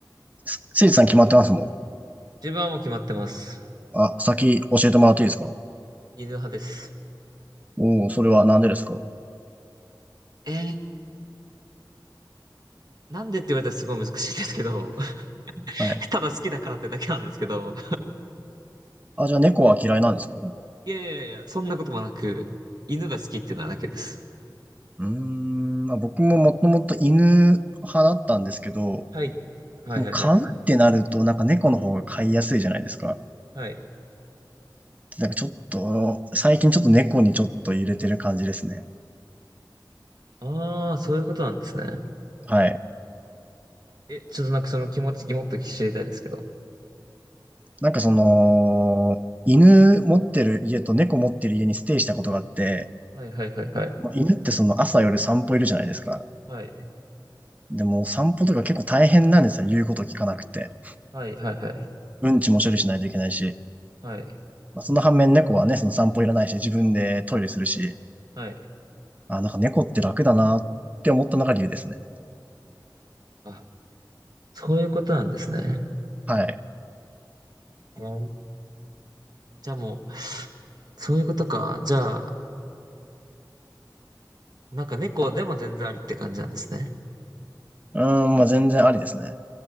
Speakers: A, on the right; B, on the right.
A: せいじさん決まってますもん。
B: 自分はもう決まってます。
A: あ、先教えてもらっていいですか
B: 犬派です。
A: おおー、それはなんでですか
B: えーなんでって言われたらすごい難しいんですけど、
A: はい。
B: <laughs> ただ好きだからってだけなんですけど、
A: あ、じゃあ猫は嫌いなんですか
B: いやいやいや、そんなこともなく、犬が好きっていうのはだけです。
A: うーん、まあ、僕ももともと犬派だったんですけど、
B: はい。はいはいはい。
A: その飼うってなると、なんか猫の方が飼いやすいじゃないですか。
B: はい。
A: なんかちょっと、最近ちょっと猫にちょっと入れてる感じですね。
B: ああ、そういうことなんですね。
A: はい。
B: え、ちょっとなんかその気持ちもっと知りたいですけど。
A: なんかその、犬持ってる家と猫持ってる家にステイしたことがあって、
B: はいはいはいはい。
A: まあ、犬ってその朝夜散歩いるじゃないですか。
B: はい。
A: でも散歩とか結構大変なんですよね。言うこと聞かなくて。
B: はいはいはい。
A: うんちも処理しないといけないし。
B: はい。
A: まあ、その反面猫はね、その散歩いらないし、自分でトイレするし。
B: はい。
A: あ、なんか猫って楽だなって思ったのが理由ですね。
B: あ、そういうことなんですね。
A: はい。
B: うんじゃあもう、そういうことか。じゃあ、なんか猫でも全然ありって感じなんですね。
A: うーん、まあ全然ありですね。